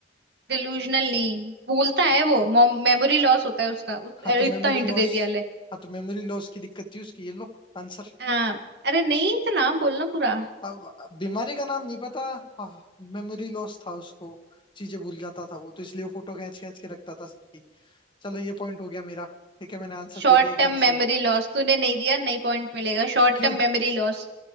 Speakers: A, on the right; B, on the left.
A: डिलूजनल नहीं भूलता है
B: तो
A: वो मेमोरी लॉस होता है उसका उस,
B: हाँ
A: अरे
B: तो मेमोरी
A: इतना हिंट
B: लॉस
A: दे दिया ले
B: हाँ तो मेमोरी लॉस की दिक्कत थी उसकी ये लो आंसर
A: हाँ अरे नहीं तो नाम बोलना पूरा
B: अब बीमारी का नाम नहीं पता हाँ मेमोरी लॉस था उसको चीजें भूल जाता था वो तो इसलिए वो फोटो खींच खींच के रखता था सबकी चलो ये पॉइंट हो गया मेरा ठीक है मैंने आंसर
A: शॉर्ट
B: दे दिया एकदम
A: टर्म मेमोरी
B: सही
A: लॉस तूने नहीं दिया नई पॉइंट मिलेगा शॉर्ट
B: क्यों
A: टर्म मेमोरी लॉस